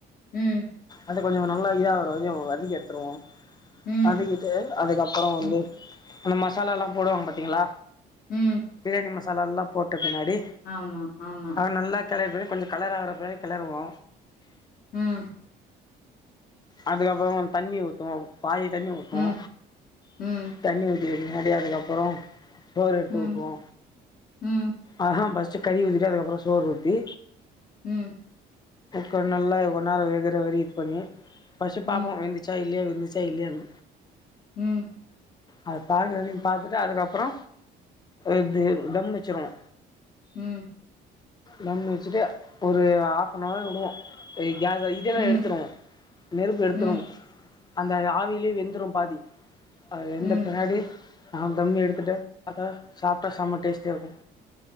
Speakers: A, on the left (about 50°); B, on the left (about 20°).
A: ம்
B: அது கொஞ்ச நல்லா இதா ஆவுர வரையும் வதக்கி எடுத்துருவோ
A: ம்
B: அதுகிட்டு அதுக்கப்ரோ வந்து
A: ம்
B: அந்த மசாலால்லா போடுவாங்க பாத்தீங்களா
A: ம்
B: பிரியாணி மசாலால்லா போட்ட பின்னாடி
A: ஆமா ஆமா
B: அத நல்லா <unintelligible> கொஞ்ச கலர் ஆகுற வர கேளறுவோ
A: ம்
B: அதுக்கப்ரோ தண்ணி ஊத்துவோ பாதி தண்ணி ஊத்துவோ
A: ம் ம்
B: தண்ணி ஊத்திட பின்னாடி அப்பறம் சோறு எடுத்து
A: ம்
B: ஊத்துவோ
A: ம்
B: ஆ ஹ பர்ஸ்ட் கறி ஊத்திட்டு அதுக்கப்பறம் சோறு ஊத்தி
A: ம்
B: கோ நல்லா கோநேரோ வெகுற வர இது பண்ணி பஸ்டு
A: ம்
B: பாப்போ வென்ந்துச்சா இல்லய வெந்துச்சா இல்லயனு
A: ம்
B: அது பாக்குறவரையு பாத்துட்டு அதுக்கப்புறோ இது தம் வச்சிருவோ
A: ம்
B: தம் வச்சுட்டு ஒரு ஹாஃப் அன் னவர் வுடுவோ கேஸ் இதெல்லா
A: ம்
B: எடுத்துருவோ நெருப்பு எடுத்துருவோ
A: ம்
B: அந்த ஆவியிலே வெந்துரு பாதி அது வெந்த
A: ம்
B: பின்னாடி ஆ தம் எடுத்துட்டு பாத்தா சாப்ட்டா செம டேஸ்டியா இருக்கு